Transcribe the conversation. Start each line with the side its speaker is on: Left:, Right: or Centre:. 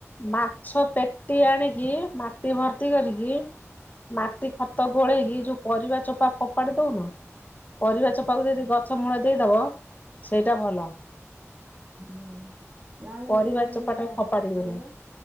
Left: ମାଛ ପେଟି ଆଣିକି ମାଟି ଭର୍ତି କରିକି ମାଟି ଖତ ଗୋଳେଇକି ଯୋଉ ପରିବା ଚୋପା ଫୋପାଡ଼ି ଦୋଉନ ପରିବା ଚୋପାକୁ ଯଦି ଗଛ ମୂଳ ଦେଇଦବ ସେଇଟା ଭଲ।
Right: ହୁଁ। ନାଁ ନାଇଁ
Left: ପରିବା
Right: ସେଉଡ଼ାକ
Left: ଚୋପାଟାକୁ
Right: ମୁଁ ଆ ରଖି
Left: ଫୋପାଡିବନି
Right: କୁଣ୍ଡେ